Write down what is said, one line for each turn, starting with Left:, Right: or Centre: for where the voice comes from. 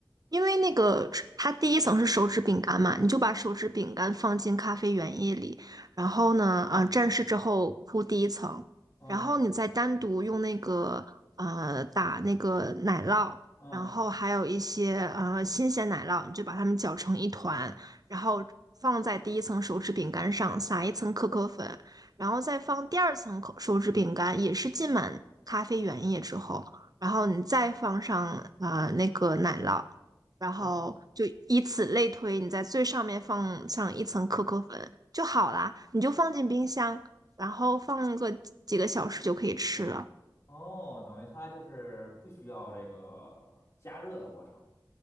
Right: 因为那个它第一层是手指饼干嘛，你就把手指饼干放进咖啡原液里，然后呢，啊、蘸湿之后铺第一层，
Left: 嗯
Right: 然后你再单独用那个呃打那个奶酪，
Left: 嗯。
Right: 然后还有一些呃新鲜奶酪，你就把它们搅成一团，然后放在第一层手指饼干上，撒一层可可粉，然后再放第二层口手指饼干，也是浸满咖啡原液之后，然后你再放上啊、呃那个奶酪。然后就以此类推，
Left: 然后。
Right: 你在最上面放上一层可可粉就好啦，你就放进冰箱，然后放个几个小时就可以吃了。
Left: 哦，等于它就是不需要这个加热的过程。